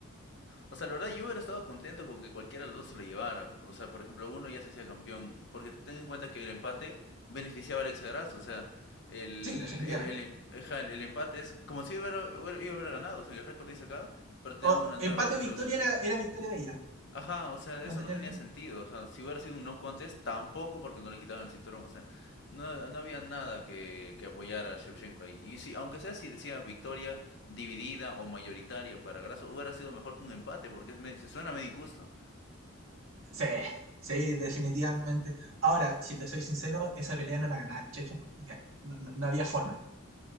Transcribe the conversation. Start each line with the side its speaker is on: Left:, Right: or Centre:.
Left: O sea, la verdad yo hubiera estado contento con que cualquiera de los dos se lo llevara. O sea, por ejemplo, uno ya se hacía campeón. Porque ten en cuenta que el empate beneficiaba al Exagras. O sea, el,
Right: Sí, definitivamente.
Left: el, el, ajá, el- el empate es como si hubiera, hubiera, yo hubiera ganado. O sea, el récord dice acá, pero te dan
Right: O-
Left: una nueva,
Right: empate
Left: o sea, un
Right: o
Left: nuevo
Right: victoria
Left: cinturón.
Right: era, era victoria de ella.
Left: Ajá, o sea,
Right: Mantenía
Left: eso no tenía
Right: el-
Left: sentido. O sea, si hubiera sido un no contest, tampoco porque no le quitaron el cinturón. O sea, no, no había nada que, que apoyar a Shevchenko ahí. Y si, aunque sea si decía victoria dividida o mayoritaria para Grasso, hubiera sido mejor que un empate porque es me- se suena medio injusto.
Right: Sí, sí, definitivamente. Ahora, si te soy sincero, esa pelea no la ganaba Shevchenko. ni caga- No, no- no había forma.